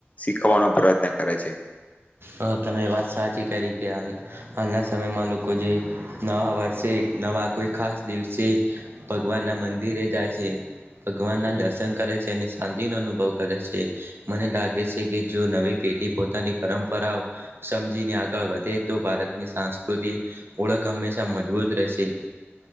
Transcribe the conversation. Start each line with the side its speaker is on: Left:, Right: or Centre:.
Left: શીખવાનો પ્રયત્ન કરે છે.
Right: હા તમે વાત સાચી કરી હાલના સમયમાં લોકો જે નવા વર્ષે નવા કોઈ ખાસ દિવસે ભગવાન ના મંદિરે જાય છે. ભગવાન ના દર્શન કરે છે અને શાંતિનોો અનુભવ કરે છે મને લાગે છે કે જો નવી પેઢી થી પોતાની પરંપરા પરાાવ સમજીને આગળ વધે તો ભારતની સાંસ્કૃતિ ઓળખ હંમેશા મજબૂત રહેશે.